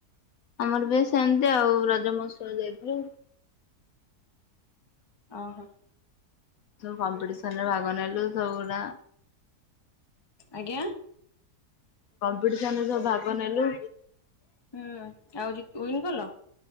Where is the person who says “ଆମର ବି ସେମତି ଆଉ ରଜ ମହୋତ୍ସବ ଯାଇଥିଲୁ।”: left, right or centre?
Left